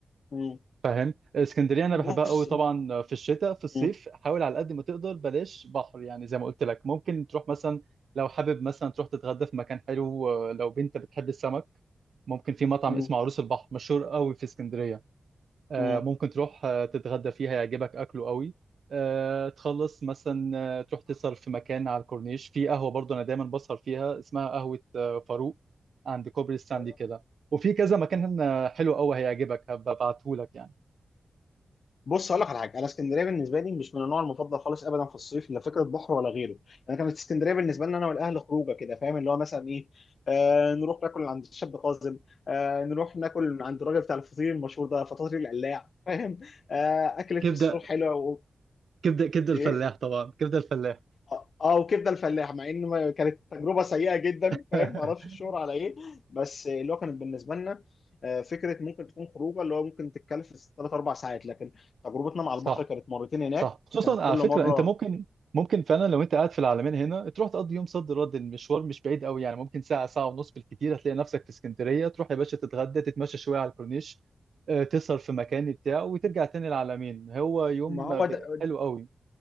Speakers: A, on the left (about 60°); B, on the right (about 70°).
A: مم.
B: فاهم اسكندريه انا
A: بص
B: بحبها قوي طبعا في الشتاء في الصيف
A: مم،
B: حاول على قد ما تقدر بلاش بحر يعني زي ما قلت لك ممكن تروح مثلا لو حابب مثلا تروح تتغدى في مكان حلو آه، لو بنت بتحب السمك ممكن في مطعم
A: مم،
B: اسمه عروس البحر مشهور قوي في اسكندريه آه،
A: مم.
B: ممكن تروح آه، تتغدى فيه هيعجبك اكله قوي آه، تخلص مثلا آه، تروح تسهر في مكان على الكورنيش في قهوه برضه انا دايما بسهر فيها اسمها قهوه آه، فاروق عند كوبري ستانلي
A: أيوة.
B: كده وفي كذا مكان آه، حلو قوي هيعجبك هبقى ابعتهولك يعني
A: بص اقول لك على حاجه انا اسكندريه بالنسبه لي مش من النوع المفضل خالص ابدا في الصيف لا فكره بحر ولا غيره انا كانت اسكندريه بالنسبه لنا انا والاهل خروجه كده فاهم اللي هو مثلا ايه آه نروح ناكل عند الشاب قاسم آه نروح ناكل من عند الراجل بتاع الفطير المشهور ده فطاطير القلاع فاهم آه اكله فسفور
B: كبده
A: حلوه و...
B: كبده كبده الفلاح
A: ايه
B: طبعا كبده الفلاح
A: اه آه، وكبده الفلاح مع ان ما- كانت تجربه سيئه جدا
B: <laughs>
A: فاهم ما اعرفش الشهر على ايه بس اللي هو كانت بالنسبه لنا آه، فكره ممكن تكون خروجه اللي هو ممكن تتكلف ثلاث اربع ساعات لكن تجربتنا مع
B: صح
A: البحر كانت مرتين هناك
B: صح خصوصا
A: كانت كل
B: على فكره
A: مره
B: انت ممكن ممكن فعلا لو انت قاعد في العالمين هنا تروح تقضي يوم صد رد المشوار مش بعيد قوي يعني ممكن ساعه ساعه ونص بالكتير هتلاقي نفسك في اسكندريه تروح يا باشا تتغدى تتمشى شويه على الكورنيش آه، تسهر في مكان بتاع وترجع تاني العالمين هو يوم
A: ما هو
B: ب-
A: ده
B: حلو قوي